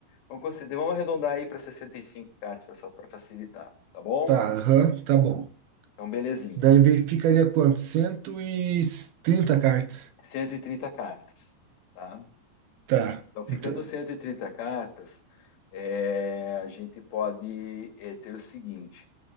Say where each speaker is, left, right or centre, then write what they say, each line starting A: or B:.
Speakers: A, on the left; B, on the right.
A: Vamos, considerar, vamos arredondar aí para 65 cartas, pessoal, para facilitar, tá bom?
B: Tá, aham, tá bom.
A: Então, belezinha.
B: Daí ve- ficaria quanto? cento e trinta cartas.
A: 130 cartas, tá?
B: Tá.
A: Então, ficando
B: Então,
A: 130 cartas, é, a gente pode é, ter o seguinte: